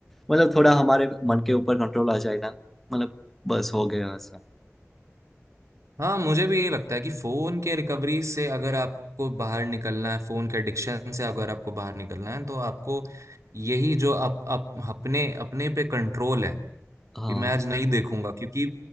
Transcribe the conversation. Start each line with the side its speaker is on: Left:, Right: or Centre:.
Centre: मतलब थोड़ा हमारे मन के ऊपर
Right: हम्म।
Centre: कंट्रोल आ जाए ना मतलब बस हो गया ऐसा
Right: हाँ मुझे भी ये लगता है कि फोन के रिकवरी से अगर आपको बाहर निकलना है फोन के एडिक्शन से अगर आपको बाहर निकलना है तो आपको यही जो आप, आप अपने अपने पे कंट्रोल है
Centre: हाँ
Right: कि मैं आज नहीं देखूंगा क्योंकि